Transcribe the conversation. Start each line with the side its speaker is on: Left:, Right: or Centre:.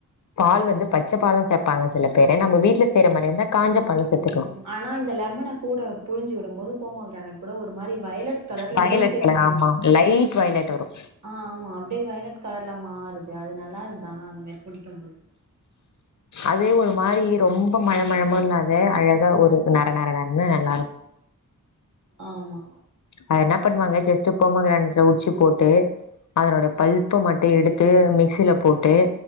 Left: பால் வந்து பச்ச பாலு‌ சேப்பாங்க சில பேரு நம்ம வீட்ல செய்ற மாரியந்தா காஞ்ச பாலு சேத்துக்லா
Right: ம் ஆனா இந்த லெமன கூட புழ்ஞ்சி விடும்போது போமோகிரானட் கூட ஒரு மாரி வயலட் கலர்ல
Left: வயலட்
Right: ஜூஸே
Left: கலர்
Right: மாறுது
Left: ஆமா. லைட் வயலட் வரும்.
Right: ஆ ஆமா அப்படியே வயலட் கலர்ல மாறுது அது நல்லாருக்குது ஆனா அந்த மாரி குடிக்கும் போது
Left: அதே ஒரு மாரி ரொம்ப மழை மழமும் இல்லாத அழகா ஒரு நர நர நரன்னு நல்லாருக்கு
Right: ஆமா
Left: அது என்ன பண்ணுவாங்க ஜஸ்ட் போமா கிரணட்ல உரிச்சு போட்டு அதனுட பல்ப்ப மட்டு எடுத்து மிக்சில போட்டு